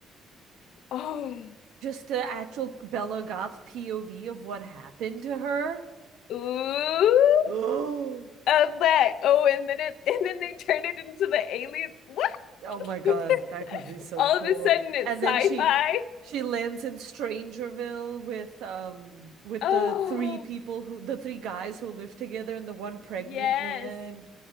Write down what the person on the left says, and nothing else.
Oh,
ooh,
I was like, oh, and then it, <laughs> and then they turned it into the aliens. What?
<laughs>
All
of a sudden it's
sci-fi.
Oh,
yes.